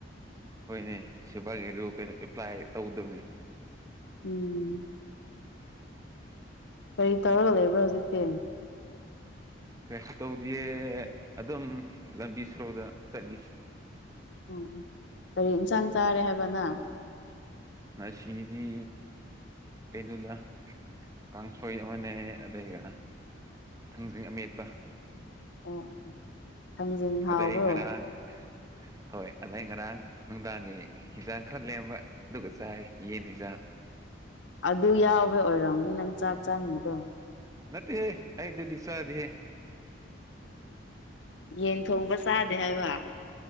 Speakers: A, on the right; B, on the left.
A: ꯍꯣꯏꯅꯦ ꯁꯐꯥꯏꯒꯤꯔꯣ ꯀꯩꯅꯣ ꯑꯦꯄ꯭ꯂꯥꯏ ꯇꯧꯗꯕꯅꯤ
B: ꯎꯝ ꯑꯩ ꯇꯧꯔꯒ ꯂꯩꯕ꯭ꯔꯥ ꯍꯧꯖꯤꯛꯇꯤ
A: ꯀꯩꯁꯨ ꯇꯧꯗꯦ ꯑꯗꯨꯝ ꯂꯝꯕꯤ ꯁꯣꯔꯣꯛꯗ ꯆꯠꯂꯤ
B: ꯎꯝ ꯎ ꯀꯔꯤ ꯏꯟꯁꯥꯡ ꯆꯥꯔꯦ ꯍꯥꯏꯕꯅ
A: ꯉꯁꯤꯗꯤ ꯀꯩꯗꯨꯗ ꯀꯥꯡꯁꯣꯏ ꯑꯃꯅꯦ ꯑꯗꯨꯒ ꯊꯥꯡꯖꯤꯡ ꯑꯃꯦꯠꯇ
B: ꯑꯣ ꯑꯣ ꯑꯣ ꯊꯥꯡꯖꯤꯡ ꯍꯥꯎꯕ꯭ꯔꯣ
A: ꯑꯗꯩ ꯉꯔꯥꯡ ꯍꯣꯏ ꯑꯗꯩ ꯉꯔꯥꯡ ꯅꯨꯡꯗꯥꯡꯒꯤ ꯍꯤꯟꯖꯥꯡ ꯈꯔ ꯂꯦꯝꯕ ꯑꯗꯨꯒ ꯆꯥꯛ ꯌꯦꯟ ꯍꯤꯖꯥꯡ
B: ꯑꯗꯨ ꯌꯥꯎꯕ ꯑꯣꯏꯔꯝꯅꯤ ꯅꯪ ꯆꯥꯛ ꯆꯥꯉꯤꯗꯣ
A: ꯃꯠꯇꯦ ꯍꯦ ꯑꯩꯗ ꯁ ꯑꯗꯨꯗꯦ
B: ꯌꯦꯟ ꯊꯣꯡꯕ ꯆꯥꯗꯦ ꯍꯥꯏꯕ